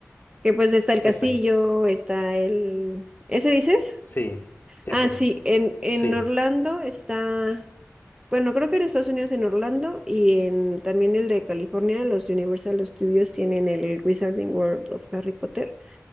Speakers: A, on the right (about 15°); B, on the left (about 40°).
A: que pues está el castillo,
B: Ese,
A: está el, ¿ese dices?
B: sí, ese,
A: Ah, sí, en, en
B: sí.
A: Orlando está, bueno, creo que en Estados Unidos en Orlando y en también el de California, los Universal Studios tienen el Wizarding World of Harry Potter,